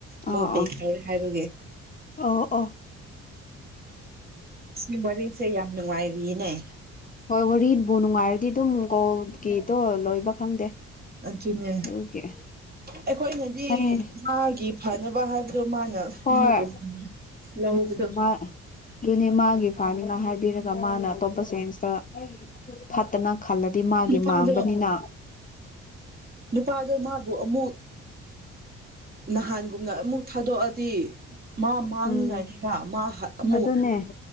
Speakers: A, on the left; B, on the right.
A: ꯑꯥ
B: ꯃꯧꯕꯦꯛ
A: ꯑꯥ
B: ꯇꯧꯔꯦ ꯍꯥꯏꯕꯒꯤ
A: ꯑꯣ ꯑꯣ
B: ꯁꯤ ꯋꯥꯔꯤꯁꯦ ꯌꯥꯝ ꯅꯨꯡꯉꯥꯏ ꯏꯅꯦ
A: ꯍꯣꯏ ꯋꯥꯔꯤꯕꯨ ꯅꯨꯡꯉꯥꯏꯔꯗꯤ ꯑꯗꯨꯝ ꯀꯣꯜꯒꯤꯗꯣ ꯂꯣꯏꯕ ꯈꯪꯗꯦ
B: ꯑꯗꯨꯅꯦ
A: ꯑꯗꯨꯒꯤ
B: ꯑꯩꯈꯣꯏꯅꯗꯤ
A: ꯑꯦ
B: ꯃꯥꯒꯤ ꯐꯅꯕ ꯍꯥꯏꯕꯗꯣ ꯃꯥꯅ
A: ꯍꯣꯏ
B: ꯑꯃꯨꯛ ꯌꯥꯝꯦ ꯂꯧꯕꯗꯣ
A: ꯎꯝ ꯃꯥ ꯑꯗꯨꯅꯦ ꯃꯥꯒꯤ ꯐꯥꯅꯤꯅ ꯍꯥꯏꯕꯤꯔꯒ ꯃꯥꯅ ꯑꯇꯣꯞꯄ ꯆꯦꯟꯖꯇ ꯐꯠꯇꯅ ꯈꯜꯂꯗꯤ ꯃꯥꯒꯤ
B: ꯅꯨꯄꯥꯗꯣ
A: ꯃꯥꯡꯕꯅꯤꯅ
B: ꯇꯥ ꯑꯗꯨ ꯃꯥ ꯑꯃꯨꯛ ꯅꯍꯥꯟꯒꯨꯝꯅ ꯑꯃꯨꯛ ꯊꯥꯗꯣꯛꯑꯗꯤ ꯃꯥ ꯃꯥꯡꯅꯤꯡꯉꯥꯏꯅꯦꯕ
A: ꯎꯝ
B: ꯃꯥ ꯃꯣ
A: ꯑꯗꯨꯅꯦ